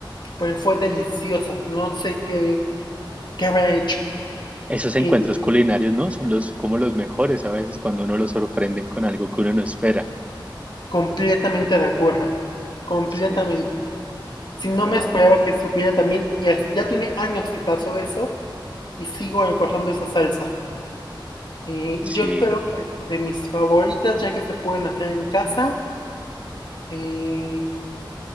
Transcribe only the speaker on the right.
Esos encuentros
culinarios, ¿no? Son los como los mejores a veces cuando uno lo sorprenden con algo que uno no espera.
Sí,
no,
sí.